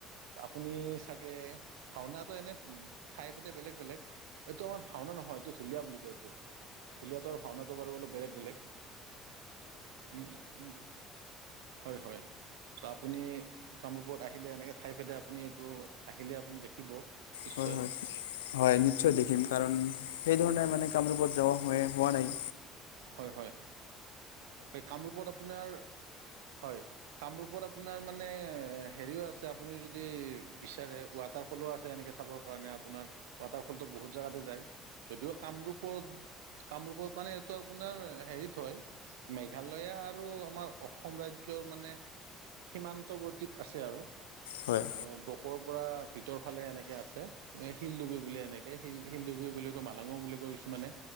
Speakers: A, on the right; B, on the left.
A: আপুনি চাগে ভাওনাটো এনে ঠাই সৈতে বেলেগ- বেলেগ। এইটো আমাৰ ভাওনা নহয়, এইটো ঢুলীয়া বুলি কয় এইটো। ঢুলীয়াতৰ ভাওনাটো বাৰু অলপ বেলেগ- বেলেগ, উম, উম। হয়- হয়। চ', আপুনি কামৰূপত আহিলে এনেকে ঠাই ভেদে আপুনি এইটো আহিলে আপুনি দেখিব। নিশ্চয়
B: হয়- হয়- হয় নিশ্চয় দেখিম কাৰণ সেইধৰণে মানে কামৰূপত যোৱা হোৱাই হোৱা নাই।
A: হয়- হয়, এই কামৰূপত আপোনাৰ, হয়। কামৰূপত আপোনাৰ মানে হেৰিও আছে, আপুনি যদি বিচাৰে ৱাটাৰ ফলো আছে এনেকে চাবৰ কাৰণে আপোনাৰ, ৱাটাৰ ফলটো বহুত জাগাতে যায়। যদিও কামৰূপত- কামৰূপত মানে এইটো আপোনাৰ হেৰিত হয়। মেঘালয়া আৰু আমাৰ অসম ৰাজ্যৰ মানে সীমান্তৱৰ্তীত আছে আৰু
B: হয়।
A: অ বকৰ পৰা ভিতৰ ফালে এনেকে আছে, শিল ডুবি বুলি এনেকে শিল শিল ডুবি বুলি কয় মা লাঙো বুলি কয় কিছুমানে,